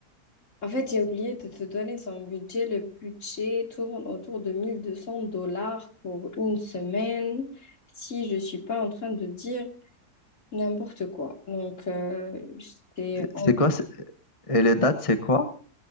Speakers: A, on the left; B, on the left.
A: En fait, j'ai oublié de te donner son budget. Le budget tourne autour de 1200 dollars pour une semaine. Si je ne suis pas en train de dire n'importe quoi. Donc, euh, c'est en-
B: C'est quoi, c'est- et les dates, c'est quoi?